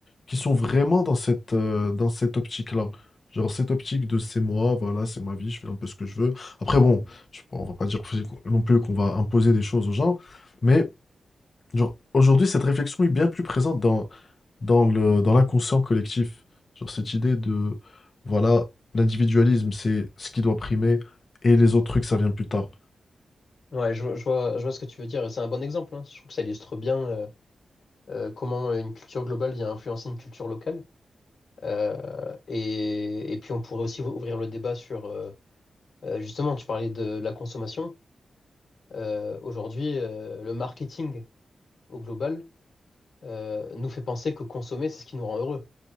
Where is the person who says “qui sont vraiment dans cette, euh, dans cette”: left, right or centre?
Left